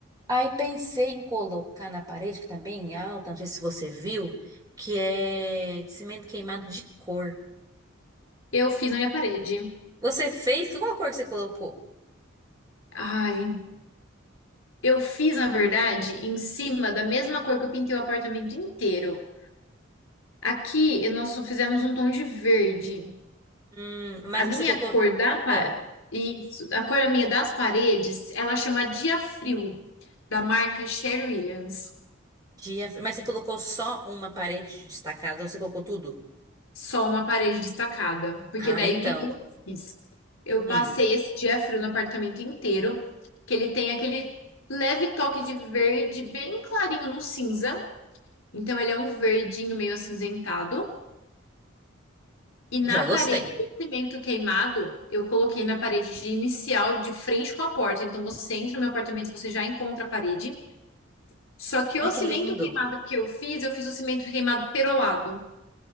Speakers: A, on the right (about 20°); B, on the left (about 80°).
A: Aí pensei em colocar na parede, que tá bem alta, não sei se você viu, que é cimento queimado de cor.
B: Eu fiz na minha parede.
A: Você fez? Qual a cor que você colocou?
B: Ai, eu fiz, na verdade, em cima da mesma cor que eu pintei o apartamento inteiro. Aqui nós só fizemos um tom de verde.
A: Hum, mas
B: A minha
A: você colocou.
B: cor da pa-
A: Ah,
B: Isso, a cor da minha das paredes, ela chama Dia Frio, da marca Sherwin Williams.
A: dia, mas você colocou só uma parede destacada ou você colocou tudo?
B: só uma parede destacada. Porque
A: Ah,
B: daí
A: então.
B: o que que eu fiz? Eu
A: Hum,
B: passei esse dia frio no apartamento inteiro, que ele tem aquele leve toque de verde bem clarinho no cinza. Então ele é um verdinho meio acinzentado. E na
A: já gostei.
B: parede do cimento queimado, eu coloquei na parede de inicial de frente com a porta. Então você entra no meu apartamento, e você já encontra a parede. Só que
A: Ai,
B: o cimento
A: que lindo.
B: queimado que eu fiz, eu fiz o cimento queimado perolado.